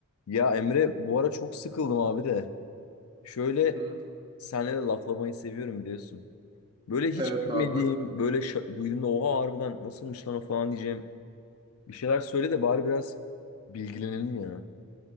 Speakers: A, on the left (about 75°); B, on the right (about 20°).
A: Ya Emre bu ara çok sıkıldım abi de. Şöyle
B: Hı hı.
A: senle de laflamayı seviyorum biliyorsun. Böyle hiç
B: Evet
A: bilmediğim,
B: abi.
A: böyle şa- duyduğumda oha harbiden nasılmış lan o falan diyeceğim. Bir şeyler söyle de bari biraz bilgilenelim ya.